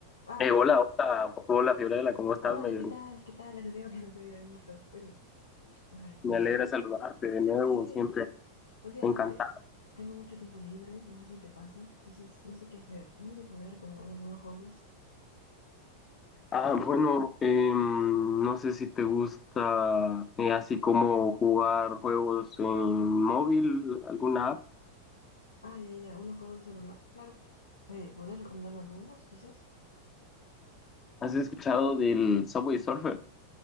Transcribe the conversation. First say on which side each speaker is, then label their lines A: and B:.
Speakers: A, on the left; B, on the left.
A: Ah,
B: Eh, hola, hola, hola Fiorella, ¿cómo estás?
A: hola,
B: Me,
A: ¿qué tal? ¿Qué tal? Hace tiempo que no te había visto. Oye, ay, no
B: me alegra
A: sé.
B: saludarte de nuevo,
A: Sí, sí,
B: siempre
A: sí. Últimamente
B: encantado.
A: tengo mucho tiempo libre, no sé si te pasa, entonces no sé qué hacer. No sé si podrías recomendarme algunos hobbies.
B: Ah, bueno, em, no sé si te gusta eh, así como jugar juegos en móvil, alguna app.
A: Ah, ya, ya, ya, unos juegos de celular, claro. Eh, ¿podrías recomendarme algunos, quizás?
B: ¿Has escuchado del Subway Surfer?